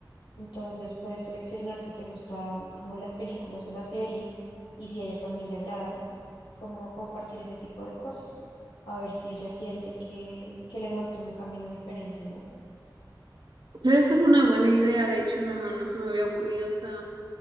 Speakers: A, on the left; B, on the right.
A: Entonces puedes seleccionar si te gustan como las películas o las series y si a ella también le agradan, como compartir ese tipo de cosas. A ver si ella siente que, que le muestran un camino diferente, ¿no?
B: Pero esa es una buena idea, de hecho no, no se me había ocurrido esa,